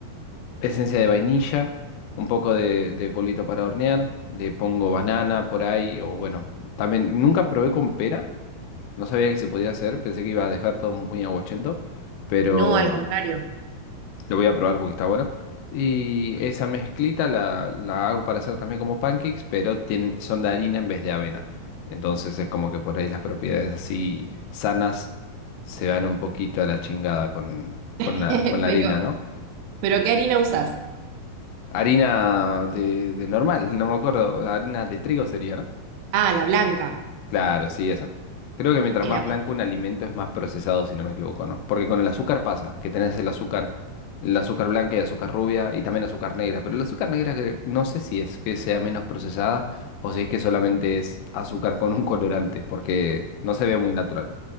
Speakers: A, on the left (about 85°); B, on the right (about 80°).
A: esencia de vainilla, un poco de, de polvito para hornear, le pongo banana por ahí, o bueno, también nunca probé con pera, no sabía que se podía hacer, pensé que iba a dejar todo muy aguachento, pero
B: No, al contrario.
A: lo voy a probar porque está bueno. Y esa mezclita la, la hago para hacer también como pancakes, pero tienen, son de harina en vez de avena. Entonces es como que por ahí las propiedades así sanas se van un poquito a la chingada con, con
B: <laughs>
A: la, con la
B: Pero,
A: harina, ¿no?
B: pero ¿qué harina usás?
A: Harina de, de normal, no me acuerdo, harina de trigo sería, ¿no?
B: Ah, la blanca.
A: Claro, sí, esa. Creo que mientras
B: El
A: más
B: apo-
A: blanco un alimento es más procesado, si no me equivoco, ¿no? Porque con el azúcar pasa, que tenés el azúcar, el azúcar blanca y azúcar rubia y también azúcar negra, pero el azúcar negra que- no sé si es que sea menos procesada o si es que solamente es azúcar con un colorante, porque no se ve muy natural.